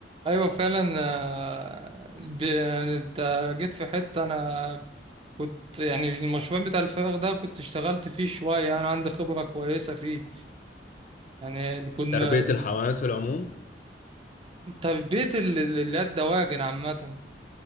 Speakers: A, on the right (about 30°); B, on the left (about 45°).
A: ايوه فعلا آه، ب- يعني انت جيت في حتة انا كنت يعني المشروع بتاع الفراغ ده كنت اشتغلت فيه شوية يعني عندي خبرة كويسة فيه يعني كنا
B: فتربية الحيوانات في العموم
A: تربية ال- ال- اللي هي الدواجن عامة